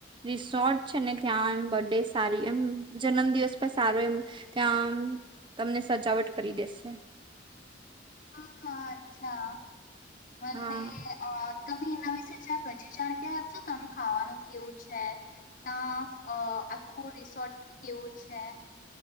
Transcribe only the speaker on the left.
હા હા અચ્છા. અને
અ તમે એના વિશે ચ્યાંક હજી જાણકારી આપશો તનું ખાવાનું કેવું છે ત્યાં આખું રિસોર્ટ કેવું છે?